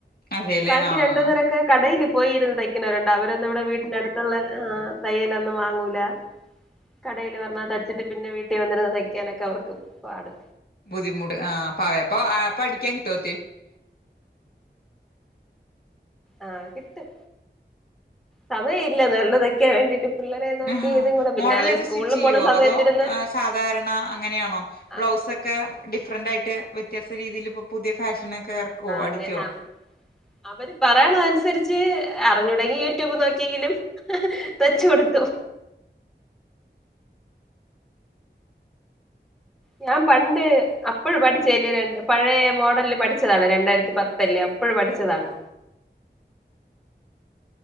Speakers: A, on the left (about 55°); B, in the centre.
A: അതെല്ലേ
B: ബാക്കി
A: ആഹ്
B: രണ്ടുന്നരൊക്കെ കടയില് പോയി ഇരുന്ന് തയ്ക്കുന്നവരുണ്ട് അവരൊന്നും ഇവിടെ വീട്ടിന്റെ അടുത്തുള്ള ആ തയ്യലൊന്നും വാങ്ങൂല കടയില് വന്നാ തയ്ച്ചിട്ട് പിന്നെ വീട്ടിൽ വന്നിരന്ന് തയ്ക്കാനൊക്കെ അവർക്ക് പാട്
A: ബുദ്ധിമുട്ട് ആ പവേ അപ്പൊ അടിക്കാൻ കിട്ടുവോ
B: ആഹ് കിട്ടും സമയം ഇല്ല ള്ളതൊക്കാൻ വേണ്ടിട്ട് പിള്ളേരെ നോക്കി
A: ആഹാ
B: ഇതും കൂടെ പിന്നെ
A: മോഡലൊക്കെ
B: അവര് സ്കൂളിൽ
A: സ്റ്റിച്ച് ചെയ്യോ
B: പോണ സമയത്തിരുന്ന്
A: അതോ സധാരണ അങ്ങനെയാണോ
B: ആഹ്
A: ബ്ലൗസൊക്കെ ടി ഡിഫറന്റ് ആയിട്ട് വ്യത്യാസ്ഥ രീതിയിൽ ഇപ്പോ പുതിയ ഫാഷനൊകെ ഇറക്കോ അടിക്കോ
B: അങ്ങനെ അവര് പറയണം അതനുസരിച്ച് അറിഞ്ഞുടങ്ങി യൂട്യൂബ് നോക്കിയെങ്കിലും തയ്ച്ച് കൊടുക്കും ഞാൻ പണ്ട് അപ്പള് പഠിച്ചല് ര പഴയ മോഡലില് പഠിച്ചതാണ് രണ്ടായിരത്തി പത്തല്ലേ അപ്പോഴ പഠിച്ചതാണ്